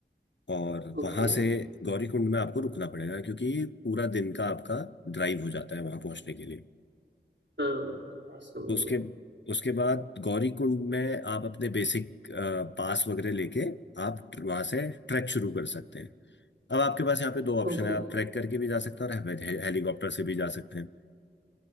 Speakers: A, on the left; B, on the right.
A: और
B: ओके
A: वहां से गौरीकुंड में आपको रुकना पड़ेगा क्योंकि पूरा दिन का आपका ड्राइव हो जाता है वहां पहुंचने के लिए
B: हाँ समझ
A: तो उसके
B: गया
A: उसके बाद गौरी कुंड में आप अपने बेसिक पास वगैरह लेके आप वहां से ट्रैक शुरू कर सकते हैं अब आपके पास यहाँ पे दो ऑप्शन
B: ओके
A: है आप ट्रैक करके भी जा सकते हैं और हे- हेलीकॉप्टर से भी जा सकते हैं